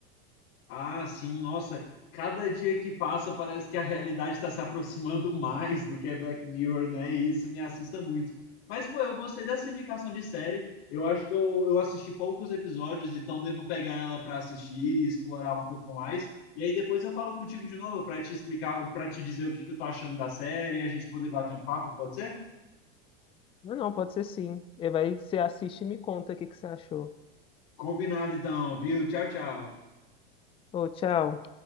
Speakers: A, on the left; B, on the left.
A: Ah, sim, nossa, cada dia que passa parece que a realidade está se aproximando mais do que é Black Mirror, né? E isso me assusta muito. Mas, pô, eu gostei dessa indicação de série. Eu acho que eu, eu assisti poucos episódios, então devo pegar ela para assistir explorar um pouco mais. E aí depois eu falo contigo de novo para te explicar, para te dizer o que que eu tô achando da série e a gente poder bater um papo, pode ser?
B: Não, não, pode ser sim. E vai, você assiste e me conta o que que você achou.
A: Combinado então, viu? Tchau, tchau.
B: Ô, tchau.